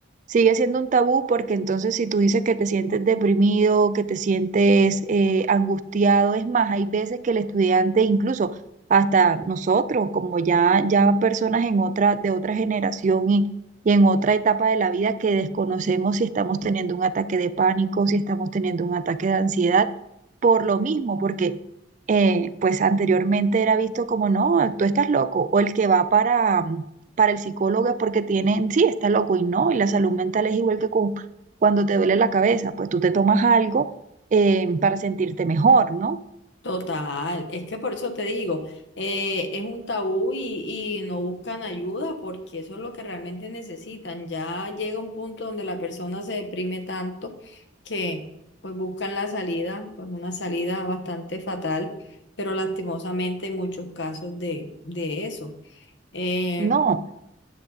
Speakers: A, on the right; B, on the left.
A: Sigue siendo un tabú porque entonces si tú dices que te sientes deprimido, que te sientes eh, angustiado, es más, hay veces que el estudiante, incluso hasta nosotros, como ya, ya personas en otra, de otra generación y, y en otra etapa de la vida que desconocemos si estamos teniendo un ataque de pánico, si estamos teniendo un ataque de ansiedad, por lo mismo, porque eh, pues anteriormente era visto como, no, tú estás loco, o el que va para para el psicólogo es porque tienen, sí, está loco y no, y la salud mental es igual que cu- cuando te duele la cabeza, pues tú te tomas algo eh, para sentirte mejor, ¿no?
B: Total, es que por eso te digo, eh, es un tabú y, y no buscan ayuda porque eso es lo que realmente necesitan. Ya llega un punto donde la persona se deprime tanto que pues buscan la salida, pues una salida bastante fatal, pero lastimosamente hay muchos casos de, de eso. Eh,
A: No,